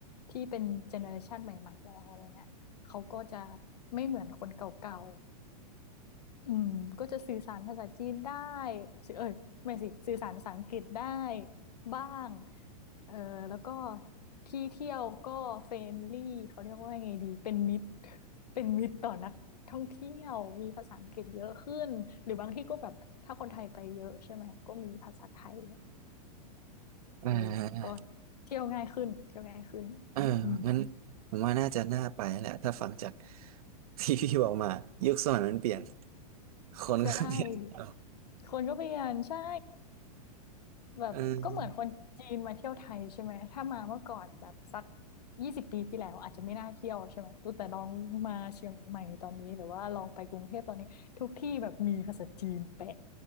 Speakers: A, on the left; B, on the right.
A: ที่เป็นเจเนอเรชันใหม่ๆแล้วอะไรเงี้ยเขาก็จะไม่เหมือนคนเก่าๆ อืมก็จะสื่อสารภาษาจีนได้สื่อเอ้ยไม่สิสื่อสารภาษาอังกฤษได้บ้างเออแล้วก็ที่เที่ยวก็เฟรนลี่เขาเรียกว่าไงดีเป็นมิตรเป็นมิตรต่อนักท่องเที่ยวมีภาษาอังกฤษเยอะขึ้นหรือบางที่ก็แบบถ้าคนไทยไปเยอะใช่ไหมก็มีภาษาไทย
B: อ่า
A: เออก็เที่ยวง่ายขึ้นเที่ยวง่ายขึ้น
B: เอองั้น
A: อืม
B: ผมว่าน่าจะน่าไปแหละถ้าฟังจาก <laughs> ที่พี่บอกมายุคสมัยมันเปลี่ยนคนก็เปลี่ยนเอา
A: ใช่คนก็เปลี่ยนใช่ แบบก็เหมือนคนจีนมาเที่ยวไทยใช่ไหมถ้ามาเมื่อก่อนแบบสัก
B: เออ
A: ยี่สิบปีที่แล้วอาจจะไม่น่าเที่ยวใช่ไหมแต่ลองมาเชียงใหม่ตอนนี้หรือว่าลองไปกรุงเทพตอนนี้ทุกที่แบบมีภาษาจีนแปะ